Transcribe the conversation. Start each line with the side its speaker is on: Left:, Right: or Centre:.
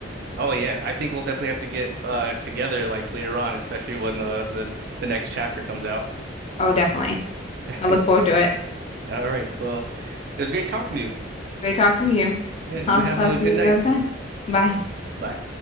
Right: Oh yeah, I think we'll definitely have to get uh together like later on, especially when the the, the next chapter comes out.
Left: Oh, definitely.
Right: <laughs>
Left: I look forward to it.
Right: All right. Well, it was great talking to you.
Left: Great talking to you. <laughs>
Right: Yeah, you
Left: I'll
Right: have
Left: talk
Right: a
Left: to
Right: good
Left: you
Right: night.
Left: another time. Bye.
Right: Bye.